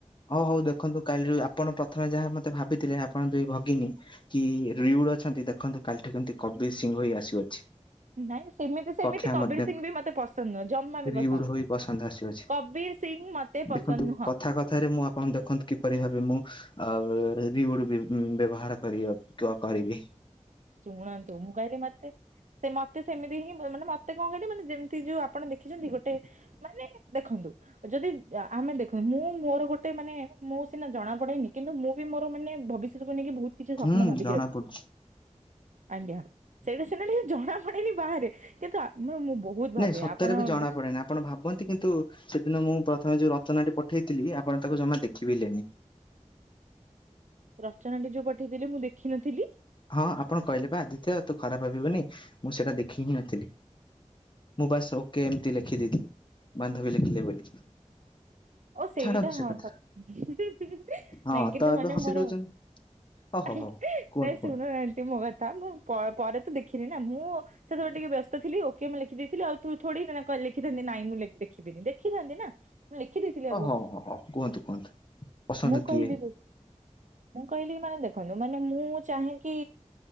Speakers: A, on the left (about 40°); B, on the right (about 80°).
A: ହଉ ହଉ ଦେଖନ୍ତୁ କାଲିରୁ ଆପଣ ପ୍ରଥମେ ଯାହା ମ ମତେ ଭାବିଥିଲେ ଆପଣ ଦୁଇ ଭଗିନୀ କି ରିଉଡ ଅଛନ୍ତି ଦେଖନ୍ତୁ କାଲିଠୁ କେମିତି କବିର ସିଂହ ଆସୁଅଛି।
B: ନାଇଁ ସେମିତି ସେମିତି
A: କକ୍ଷା
B: କବିର
A: ମଧ୍ୟ
B: ସିଂଘ ବି ମତେ ପସନ୍ଦ ନୁହଁ। ଜମା ବି
A: ରିଉଡ
B: ପସନ୍ଦ
A: ହୋଇ
B: ନୁହ
A: ପସନ୍ଦ ଆସୁଅଛି।
B: କବୀର ସିଂ ମତେ ପସନ୍ଦ
A: ଦେଖନ୍ତୁ
B: ନୁହଁ
A: କଥା କଥାରେ ମୁଁ ଆପଣ ଦେଖନ୍ତୁ କିପରି ଭାବେ ମୁଁ ଆଉ ରିଉଡ ବି ବ୍ୟବହାର କରିବ କ-କରିବି।
B: ଶୁଣନ୍ତୁ ମୁଁ କହିଲି ମତେ ସେ ମତେ ସେମିତି ହିଁ ଭ ମାନେ ମତେ ଙ୍କ କହିଲେ ମାନେ ଯେମିତି ଯୋଉ ଆପଣ ଦେଖିଛନ୍ତି ଗୋଟେ ମାନେ ଦେଖନ୍ତୁ ଯଦି ଆ-ଆମେ ଦେଖୁନ୍ତୁ ମୁଁ ମୁଁ ମୋର ଗୋଟେ ମାନେ ମୁଁ ସିନା ଜଣାପଡ଼େନି କିନ୍ତୁ ମୁଁ ବି ମୋର ମାନେ ଭବିଷ୍ୟତ ନେଇକି ବହୁତ କିଛି
A: ହୁଁ
B: ସପ୍ନ ଭାବିକି
A: ଜଣା
B: ରଖିଛି
A: ପଡୁଛି।
B: ଆଜ୍ଞା ସେଇଟା ସିନା ଟିକେ ଜଣା ପଡେନି ବାହାରେ କିନ୍ତୁ ଆମ ମୁଁ ବହୁତ ଭାବେ
A: ନାଇଁ ସତରେ
B: ଆପଣ
A: ବି ଜଣା
B: ବିଶ୍-
A: ପଡେନି ଆପଣ ଭାବନ୍ତି କିନ୍ତୁ ସେଦିନ ମୁଁ ପ୍ରଥମେ ଯୋଉ ରଚନାଟି ପଢି ପଠେଇଥିଲି ଆପଣ ତାକୁ ଜମା ଦେଖିବେଲେନି
B: ରଚନାଟି ଯୋଉଁ ପଠେଇଥିଲେ ମୁଁ ଦେଖିନଥିଲି।
A: ହଁ ଆପଣ କହିଲେ ବା ଆଦିତ୍ୟ ତୁ ଖରାପ ଭାବିବୁନି ମୁଁ ସେଇଟା ଦେଖି ହିଁ ନଥିଲି ମୁଁ ବାସ ଓକେ ଏମିତି ଲେଖିଦଥିଲି ବାନ୍ଧବୀ ଲେଖିଲେ ବୋଲି।
B: ଓ ସେଇଟା
A: ଛାଡନ୍ତୁ ସେ
B: ହଁ
A: କଥା
B: ସ <inaudible>
A: ହଁ
B: ନାଇଁ କିନ୍ତୁ
A: ତ ଏବେ
B: ମାନେ
A: ହସି
B: ମୋର
A: ଦଉଛନ୍ତି
B: <inaudible>
A: ଓ ହୋ ହୋ। କୁହନ୍ତୁ
B: ନାଇଁ
A: କୁହନ୍ତୁ
B: ଶୁଣ ନାଟି ମୋ କଥା ମୁଁ ପ ପରେ ତ ଦେଖିନି ନା ମୁଁ ସେତେବେଳେ ଟିକେ ବ୍ୟସ୍ତ ଥିଲି ଓକେ ମୁଁ ଲେଖିଦେଇଥିଲି ଆଉ ତୁ ଥୋଡିନା ଲେଖିଥାନ୍ତି ନାଇଁ ଦେଖିବିନି ଦେଖିଥାାନ୍ତି ନା ମୁଁ ଦେଇଥିଲି ଆଗୁଆ
A: ଓ ହୋ ହ ହଁ କୁହନ୍ତୁ କୁହନ୍ତୁ ପସନ୍ଦ
B: ମୁଁ କହିଲି
A: କିଏ
B: ଦେ- ମୁଁ କହିଲି କି ମାନେ ଦେଖନ୍ତୁ ମାନେ ମୁଁ ଚାହିଁକି